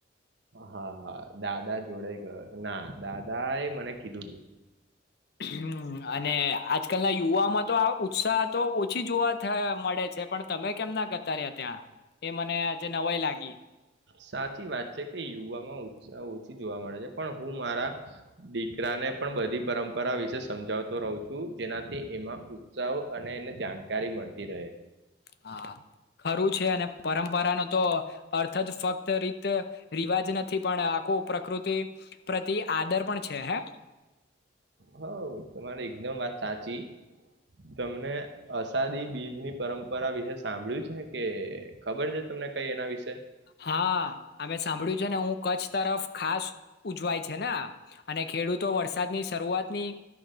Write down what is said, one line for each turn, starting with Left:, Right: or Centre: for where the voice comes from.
Right: હા હા દાદા જોડે ગયો ના દાદા એ મને કીધુ તું.
Left: હમ અને આજકાલના યુવામાં તો આ ઉત્સાહ તો ઓછી જોવા મળે છે પણ તમે કેમ ના ગતા રહ્યા ત્યાં. એ મને આજે નવાઈ લાગી
Right: સાચી વાત છે કે યુવામાં ઉત્સાહ ઓછી જોવા મળે છે. પણ હું મારા દીકરા ને પણ બધી પરંપરા વિ વિશે સમજાવતો રહું છું. જેનાથી એમાં ઉત્સાહો અને એને જાણકારી મળતી રહે.
Left: હા ખરું છે અને પરંપરા ન તો અર્થ જ ફક્ત રીત રિવાજ નથી પણ આખું પ્રકૃતિ પ્રતિ આદર પણ છે હે
Right: હ તમારે એકદમ વાત સાચી. તમને અસાદી બીજની પરંપરા વિશેષ સાંભળ્યું છે કે ખબર છે તમને કઈ એના વિશે?
Left: હા અમે સાંભળ્યું છે ને હું કચ્છ તરફ ખાસ ઉજવાય છે ને આ અને ખેડૂતો વરસાદ ની શરૂઆત ની